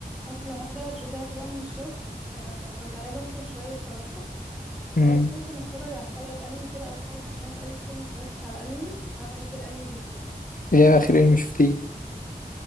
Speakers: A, in the centre; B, on the left (about 65°).
A: انا النهارده رجعت بقى من الشغل آه، فكنت عايزه افصل شويه الصراحه
B: مم.
A: فقلت ممكن اتفرج على حلقه انمي كده او حاجه عشان انا بقالي كتير ما اتفرجتش على انمي وانا بحب الانمي جدا
B: ايه اخر انمي شفتيه